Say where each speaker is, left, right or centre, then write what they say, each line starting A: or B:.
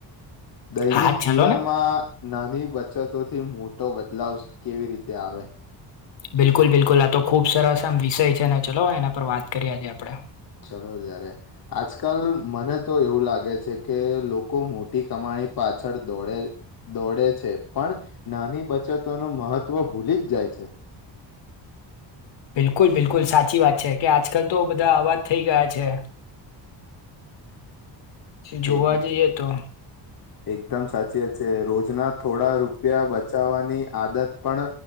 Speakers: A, on the left; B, on the left.
A: દૈનિક
B: હા
A: જીવનમાં
B: ચલો ને
A: નાની બચતોથી મોટો બદલાવ કેવી રીતે આવે.
B: બિલકુલ બિલકુલ. આ તો ખુબ સરસ આમ વિષય છે. ને ચલો એના પર વાત કરીએ. આજે આપડે.
A: ચલો ત્યારે. આજકાલ મને તો એવું લાગે કે લોકો મોટી કમાણી પાછળ દોડે દોડે છે. પણ નાની બચતોનું મહત્વ ભૂલી જ જાય છે.
B: બિલકુલ બિલકુલ સાચી વાત છે. કે આજકાલ તો બધા આવા જ થઈ ગયા છે. જોવા
A: એક
B: જઈએ તો
A: એકદમ સાચી વાત છે. રોજના થોડા રૂપિયા બચાવાની આદત પણ